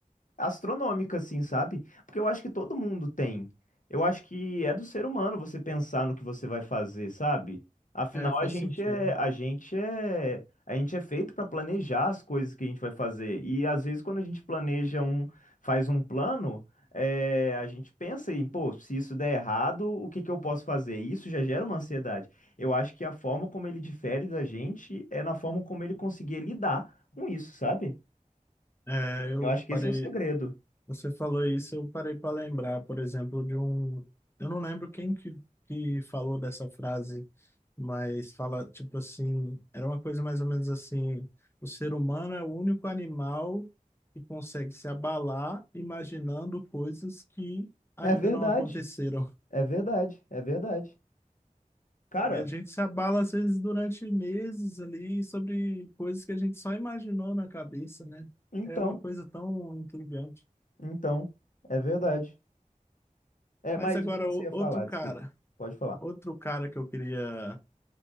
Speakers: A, on the left; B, on the left.
A: astronômica, assim, sabe? Porque eu acho que todo mundo tem. Eu acho que é do ser humano você pensar no que você vai fazer, sabe? Afinal,
B: é, faz
A: a gente
B: sentido.
A: é, a gente é, a gente é feito para planejar as coisas que a gente vai fazer. E às vezes quando a gente planeja um, faz um plano, é, a gente pensa em, pô, se isso der errado, o que que eu posso fazer? E isso já gera uma ansiedade. Eu acho que a forma como ele difere da gente é na forma como ele conseguir lidar com isso, sabe?
B: É, eu
A: Eu acho que
B: parei.
A: esse é o segredo.
B: Você falou isso, eu parei para lembrar, por exemplo, de um. Eu não lembro quem que, que falou dessa frase, mas fala, tipo assim, era uma coisa mais ou menos assim: o ser humano é o único animal que consegue se abalar imaginando coisas que ainda
A: É verdade,
B: não aconteceram.
A: é verdade, é verdade. Cara,
B: E a gente se abala, às vezes, durante meses ali, sobre coisas que a gente só imaginou na cabeça, né?
A: então,
B: É uma coisa tão intrigante.
A: então, é verdade. É,
B: Mas
A: mas
B: agora,
A: o que você
B: o-
A: ia
B: outro
A: falar,
B: cara.
A: desculpa, pode falar.
B: Outro cara que eu queria,